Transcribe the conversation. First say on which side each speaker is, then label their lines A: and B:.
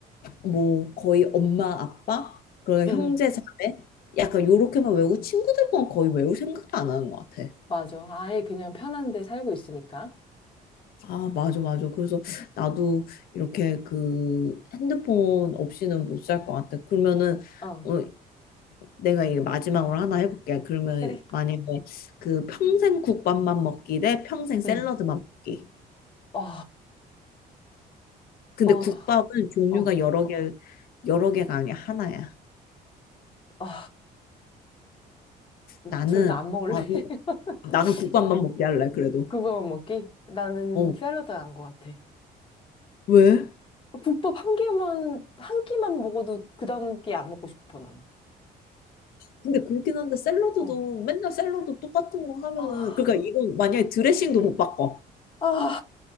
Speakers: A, on the left; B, on the left.
A: 뭐 거의 엄마 아빠 그러면
B: 응,
A: 형제 자매 약간 요렇게만 외우고 친구들 건 거의 외울 생각도 안 하는 것 같아.
B: 맞아. 아예 그냥 편한 데 살고 있으니까.
A: 아 맞아 맞아. 그래서 나도 이렇게 그 핸드폰 없이는 못 살 것 같아. 그러면은
B: 어,
A: 어, 내가 이게 마지막으로 하나 해볼게. 그러면
B: 그래.
A: 만약에 그 평생 국밥만 먹기 대 평생 샐러드만
B: 응.
A: 먹기.
B: 어,
A: 근데
B: 어,
A: 국밥은 종류가
B: 어,
A: 여러 개 여러 개가 아니야 하나야.
B: 어.
A: 나는
B: 둘 다 안 먹을래?
A: 나는
B: <laughs>
A: 나는 국밥만
B: 어,
A: 먹게 할래 그래도.
B: 그거 먹기? 나는
A: 어
B: 샐러드 안것 같아.
A: 왜?
B: 국밥 한 개만, 한 끼만 먹어도 그 다음 끼 안 먹고 싶어, 난.
A: 근데 그렇긴 한데 샐러드도
B: 어.
A: 맨날 샐러드 똑같은 거 하면은
B: 아,
A: 그러니까 이건 만약에 드레싱도 못 바꿔.
B: 아,